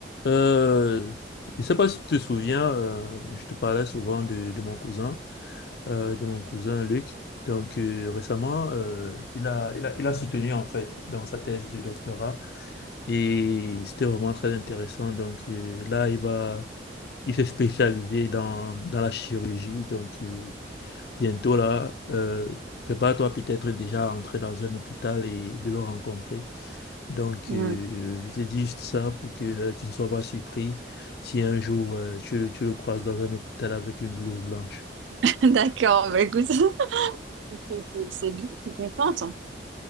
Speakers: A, on the left; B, on the right.
A: Euh, je ne sais pas si tu te souviens, euh, je te parlais souvent de, de mon cousin, euh, de mon cousin Luc. Donc euh, récemment, euh, il a, il a, il a soutenu en fait dans sa thèse de doctorat et c'était vraiment très intéressant. Donc euh, là, il va, il s'est spécialisé dans, dans la chirurgie. Donc euh, bientôt là. Euh, prépare-toi peut-être déjà à entrer dans un hôpital et de le rencontrer. Donc,
B: Mm.
A: euh, je te dis juste ça pour que euh, tu ne sois pas surpris si un jour euh, tu, le- tu le croises dans un hôpital avec une blouse blanche.
B: <laughs> D'accord, bah écoute, <laughs> c'est bien, je suis contente.